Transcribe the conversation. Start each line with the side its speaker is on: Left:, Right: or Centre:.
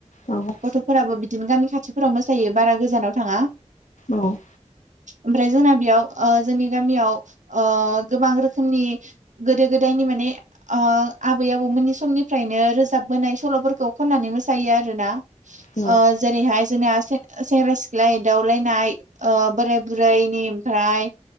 Left: औ।
Right: गथ'फोराबो बिदिनो गामि खाथिफोराव मोसायो बारा गोजानाव थाङा।
Left: औ।
Right: ओमफ्राय जोंना बेयाव ओ जोंनि गामियाव ओ गोबां रोखोमनि गोदो गोदायनि माने ओ आबै-आबौमोननि समनिफ्रायनो रोजाबबोनाय सल'फोरखौ खननानै मोसायो आरोना ओ
Left: औ
Right: जेरैहाय जोंनिया से-सेंग्रा सिख्ला एदावलायनाय ओ बोराइ बुरैनि ओमफ्राय